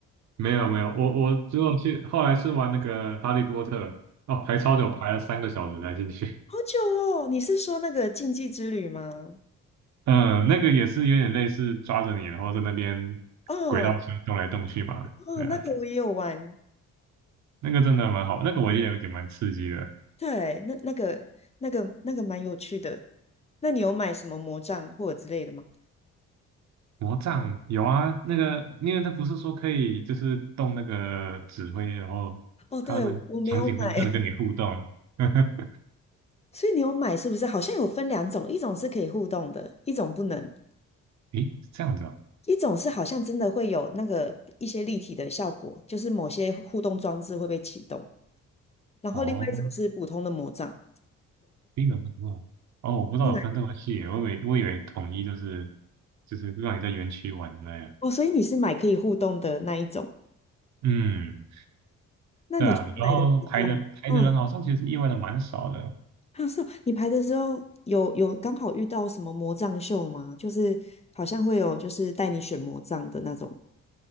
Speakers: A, on the right; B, on the left.
A: 没有没有，我我只有去，后来是玩那个《哈利波特》，哦，排超久，排了三个小时才进去。
B: 好久哦，你是说那个禁忌之旅吗？
A: <laughs> 嗯，那个也是有点类似抓着你，然后在那边轨道车动来动去嘛。
B: 哦，哦，
A: 对啊，
B: 那个我也有玩，
A: 那个真的蛮好，那个我也有点蛮刺激的。
B: 对，那那个那个那个蛮有趣的。那你有买什么魔杖或者之类的吗？
A: 魔杖有啊，那个因为它不是说可以就是动那个指挥，然后还有那个场景会跟跟你互动。
B: 哦，对，我没有买，
A: <laughs>
B: <laughs> 所以你有买是不是？好像有分两种，一种是可以互动的，一种不能，
A: 诶，是这样子啊，
B: 一种是好像真的会有那个一些立体的效果，就是某些互动装置会被启动，然后另外一种是普通的魔杖。
A: 哦，第一个是不哦，我不知道有分这么细耶我以为我以为统一就是
B: 对，
A: 就是让你在园区玩的那样，
B: 哦，所以你是买可以互动的那一种。
A: 嗯，
B: 那你去买的时候，
A: 对啊，然后排的排的人好像其实意外的蛮少的，
B: 嗯。啊，是哦你排的时候有有刚好遇到什么魔杖秀吗？就是好像会有就是带你选魔杖的那种，